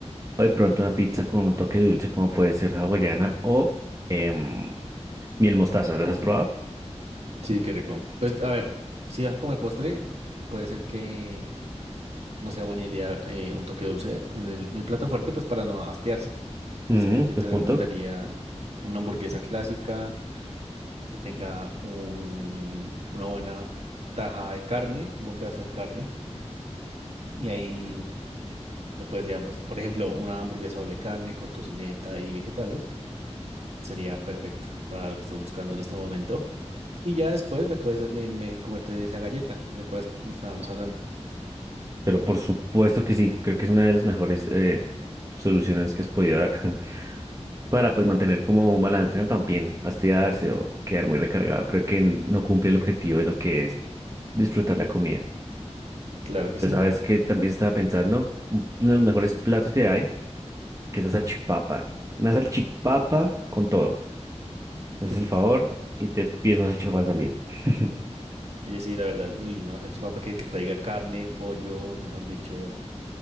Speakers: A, on the right; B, on the right.
A: O de pronto una pizza con un toque dulce, como puede ser hawaiana o em, miel mostaza. ¿Las has probado?
B: Sí, qué rico. Pues a ver, si vas a comer postre, puede ser que no sea buena idea eh, un toque dulce en el, en el plato fuerte, pues para no hastiarse. Así
A: Mm,
B: que yo
A: de
B: te
A: punto.
B: recomendaría una hamburguesa clásica que tenga un, una buena taja de carne, un buen pedazo de carne. Y ahí le puedes llevar, pues, por ejemplo, una hamburguesa doble carne con tocineta y vegetales. Sería perfecto para lo que estás buscando en este momento. Y ya después le puedes eh, me- comerte de esa galleta de la cual est- estábamos hablando.
A: Pero por supuesto que sí, creo que es una de las mejores eh, soluciones que has podido dar. <laughs> para pues mantener como un balance, ¿no? También hastiarse o quedar muy recargado. Creo que n- no cumple el objetivo de lo que es disfrutar la comida.
B: Claro que
A: Pero
B: sí.
A: sabes que también estaba pensando, un- uno de los mejores platos que hay, que es la salchipapa. Una salchipapa con todo. Entonces
B: <laughs>
A: el favor y te pides una salchipapa también. <laughs>
B: Oye, sí, la verdad. Uy, una salchipapa que, que traiga carne, pollo, mejor dicho,